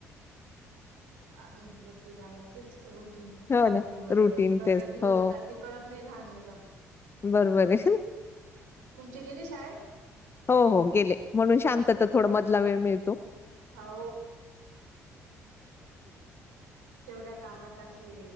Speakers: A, on the right; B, on the left.
A: अ पघाला तेच र.
B: हो ना
A: दिवसभर
B: रुटीन
A: कस
B: तेच
A: दिवस
B: हो
A: जाती कळत नाही लहान मुला
B: बरोबर आहे.
A: ती गेले शाळेत.
B: हो हो गेले म्हणून शांतता थोड मधला वेळ मिळ
A: हो तेवढ्या कामात अस ते